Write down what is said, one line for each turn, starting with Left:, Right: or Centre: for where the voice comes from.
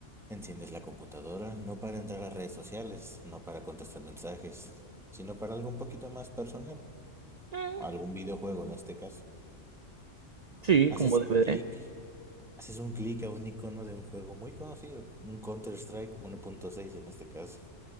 Centre: Enciendes la computadora no para entrar a redes sociales, no para contestar mensajes, sino para algo un poquito más personal,
Right: Mm,
Centre: o algún videojuego en este caso.
Right: Sí,
Centre: Haces
Right: como DVD.
Centre: un clic, haces un clic a un icono de un juego muy conocido, un Counter-Strike 1.6 en este caso,